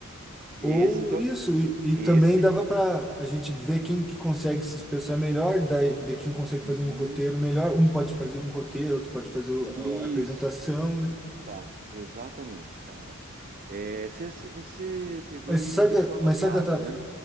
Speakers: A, on the right; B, in the centre.
A: Esse,
B: Ou
A: então,
B: isso, e, e
A: esse,
B: também dava para a gente ver quem que consegue se expressar melhor, daí, de quem consegue
A: uhum,
B: fazer um roteiro melhor. Um pode fazer um roteiro, outro pode fazer o-
A: isso.
B: a, apresentação, né?
A: Tá, exatamente, cara. É, se, se você pegou
B: Mas
A: e
B: saca,
A: deixou anotado,
B: mas saca, tá,
A: né?